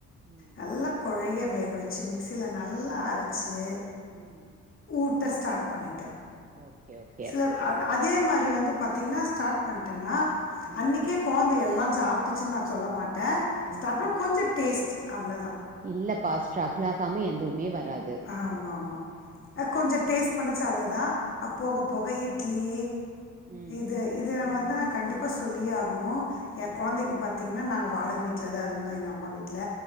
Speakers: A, on the right (about 25°); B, on the left (about 45°).
A: ம்
B: நல்லா குழைய வேக வச்சு மிக்சியில நல்லா அரைச்சு
A: ம்
B: ஊட்ட ஸ்டார்ட் பண்ணிட்டே
A: ஓகே ஓக்
B: சில அதே மாதிரி வந்து பாத்தீங்கன்னா ஸ்டார்ட் பண்ணிட்டேன்னா
A: ம்
B: அன்னைக்கே குழந்தை எல்லா சாப்பிட்டுச்சுன்னு நா சொல்ல மாட்டே ஸ்டப்பில்
A: ம் ம்
B: கொஞ்சோ டேஸ்ட் அவ்ளோ தா
A: இல்லப்பா ஸ்ட்ரகிள் ஆகாம எதுமே வராது
B: ஆமா ஆமா
A: ம்
B: அ கொஞ்சோ டேஸ்ட் பண்ணுச்சு அவ்ளோதா அ
A: ம்
B: போக போக இட்லி
A: ம்
B: இது இத வந்து நா கண்டிப்பா சொல்லியே ஆகணு எ
A: ம்
B: கொழந்தைக்கு பாத்தீங்கன்னா நாங்க வாடக வீட்டிலதா இருந்தோ எங்க அம்மா வீட்ல